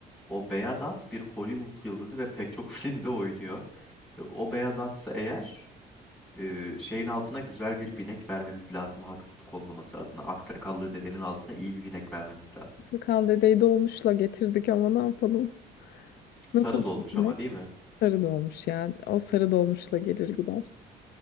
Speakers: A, in the centre; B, on the left.
A: o beyaz at bir Hollywood yıldızı ve pek çok <laughs> filmde oynuyor. E, O beyaz atsa eğer e, şeyin altına güzel bir binek vermemiz lazım haksızlık olmaması adına. Aksakallı dedenin altına iyi bir binek vermemiz lazım.
B: Kral dedeyi dolmuşla getirdik ama ne yapalım?
A: Sarı
B: Nasıl
A: dolmuş
B: gitmek?
A: ama değil mi?
B: Sarı dolmuş yani. O sarı dolmuşla gelir gider.